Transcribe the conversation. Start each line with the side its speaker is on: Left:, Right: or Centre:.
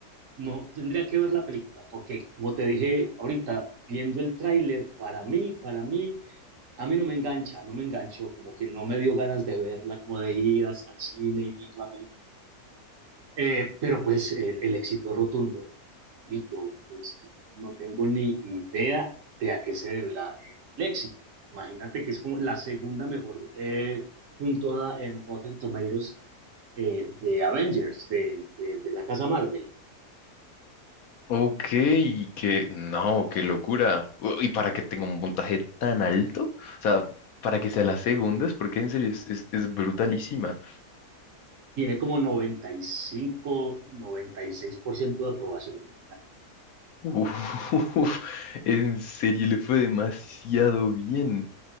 Right: no tendría que ver la película porque como te dije ahorita viendo el tráiler para mí, para mí a mí no me engancha, no me enganchó, como que no me dio ganas de verla, como de ir hasta el cine y ver la película Eh, pero pues el, el éxito es rotundo y yo pues no tengo ni idea de a qué se deberá el éxito. Imagínate que es como la segunda mejor eh, puntuada en Rotten Tomatoes eh, de Avengers, de, de, de la casa Marvel.
Left: Ok, que no, qué locura. U- ¿Y para que tenga un puntaje tan alto? O sea, para que sea la segunda, es porque en serio es, es- es brutalísima.
Right: Tiene como noventa noventa y y cinco noventa y seis por ciento de aprobación.
Left: Uf, <laughs> en serio le fue demasiado bien.